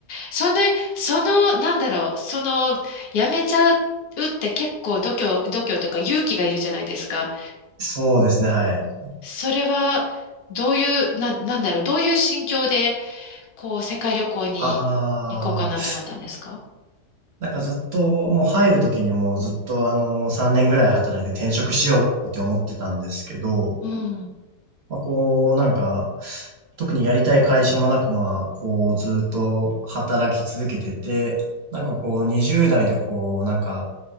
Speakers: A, on the left; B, on the right.
A: その、その、なんだろう、その、やめちゃうって結構度胸、度胸というか勇気がいるじゃないですか。
B: そうですね、はい。
A: うんそれは、どういう、な、なんだろう、どういう心境で、こう、世界旅行に行こうかなと思ったんですか
B: あー、なんかずっと、もう入るときにもうずっとあの、3年ぐらい働いて転職しようって思ってたんですけど、
A: うん、
B: まあ、こう、なんか、特にやりたい会社もなく、まあ、こう、ずっと働き続けてて、なんかこう、20代でこう、なんか、